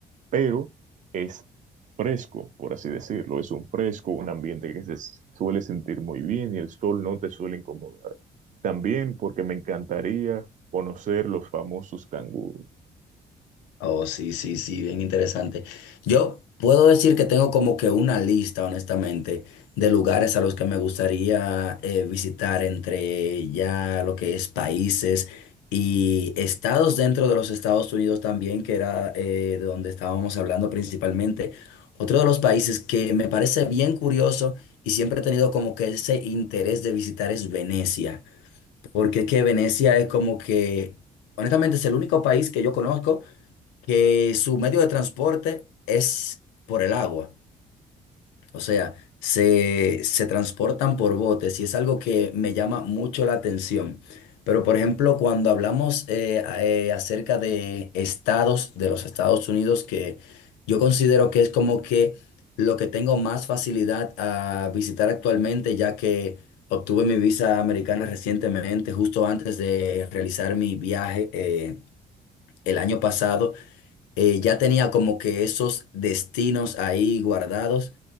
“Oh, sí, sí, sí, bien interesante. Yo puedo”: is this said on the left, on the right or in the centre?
Left